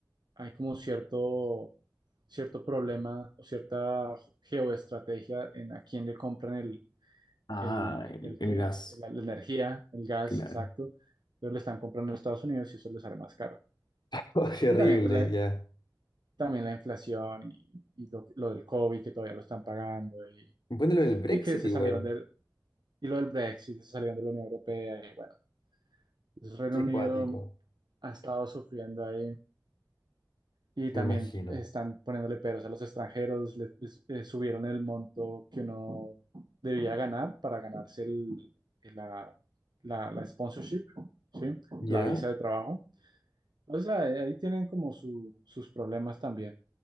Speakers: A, on the right; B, on the left.
A: hay como cierto, cierto problema o cierta geoestrategia en a quién le compran el,
B: Ah,
A: el,
B: el,
A: el
B: el
A: que,
B: gas,
A: la, la energía, el gas,
B: claro.
A: exacto. Entonces le están comprando a Estados Unidos y eso les sale más caro.
B: <laughs> Oh, qué
A: Y
B: horrible,
A: también, pues, la,
B: ya.
A: también la inflación y, y lo, lo del COVID que todavía lo están pagando y,
B: Bueno, lo del Brexit
A: y que se
B: igual.
A: salieron del... Y lo del Brexit, se salieron de la Unión Europea, y bueno, entonces, Reino
B: Qué
A: Unido
B: cuático,
A: ha estado sufriendo ahí y
B: me
A: también
B: imagino.
A: están poniéndole peros a los extranjeros, le- les- eh, subieron el monto que uno debía ganar para ganarse el, el- la, la- la sponsorship, ¿sí?
B: ¿Ya?
A: La visa de trabajo. O sea, ahí ahí tienen como su- sus problemas también.